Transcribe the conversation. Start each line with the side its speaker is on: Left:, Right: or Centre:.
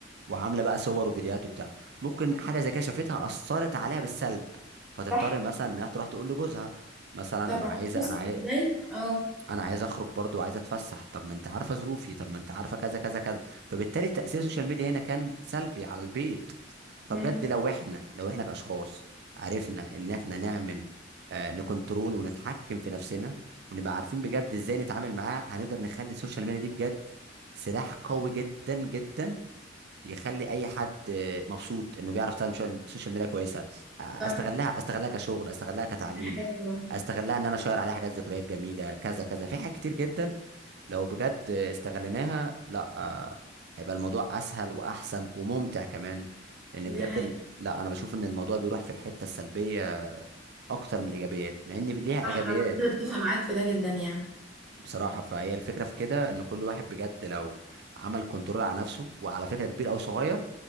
Right: وعامله بقى صور وفيديوهات وبتاع ممكن حاجه زي كده شافتها اثرت عليها بالسلب فتضطر
Centre: صح
Right: مثلا انها تروح تقول لجوزها مثلا
Centre: طبعا
Right: انا عايزه
Centre: بص
Right: انا عايز
Centre: ازاي اه
Right: انا عايز اخرج برضو وعايز اتفسح طب ما انت عارفه ظروفي طب ما انت عارفه كذا كذا كذا فبالتالي تاثير السوشيال ميديا هنا كان سلبي على البيت
Centre: مم.
Right: فبجد لو احنا لو احنا كاشخاص عرفنا ان احنا نعمل آه نكنترول ونتحكم في نفسنا ونبقى عارفين بجد ازاي نتعامل معاه هنقدر نخلي السوشيال ميديا دي بجد سلاح قوي جدا جدا يخلي اي حد مبسوط انه بيعرف يستخدم شو- السوشيال ميديا كويسه استغلها
Centre: صح
Right: استغلها كشغل استغلها كتعليم
Centre: دي حقيقة طبعا
Right: استغلها ان انا اشير عليها حاجات ذكريات جميله كذا كذا في حاجات كتير جدا لو بجد استغليناها لا هيبقى الموضوع اسهل واحسن وممتع كمان لان بجد
Centre: دي حقيقة
Right: الم- لا انا بشوف ان الموضوع بيروح في الحته السلبيه اكتر من الايجابيات مع ان ليها
Centre: صح
Right: ايجابيات
Centre: انا بجد اتفق معاك في ده جدا يعني
Right: بصراحه فهي الفكره في كده ان كل واحد بجد لو عمل كنترول على نفسه وعلى فكره كبير او صغير